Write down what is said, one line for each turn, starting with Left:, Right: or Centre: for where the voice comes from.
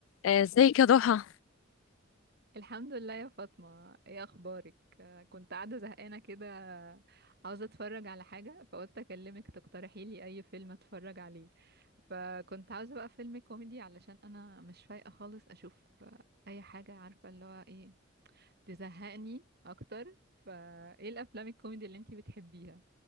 Left: آه، ازيك يا ضحى
Right: الحمد لله يا فاطمة ايه اخبارك آه، كنت قاعدة زهقانة كده عاوزة اتفرج على حاجة فقلت اكلمك تقترحي لي اي فيلم اتفرج عليه فكنت عاوزة بقى فيلم كوميدي علشان انا مش فايقة خالص اشوف آه، اي حاجة عارفة اللي هو ايه تزهقني اكتر فايه الافلام الكوميدي اللي انتي بتحبيها